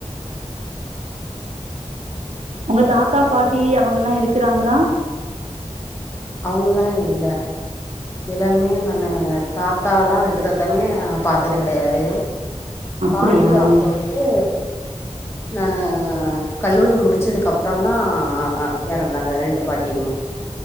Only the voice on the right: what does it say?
உங்க தாத்தா பாட்டி அவுங்க ல்லாம் இருக்கிறாங்களா
அப்படியா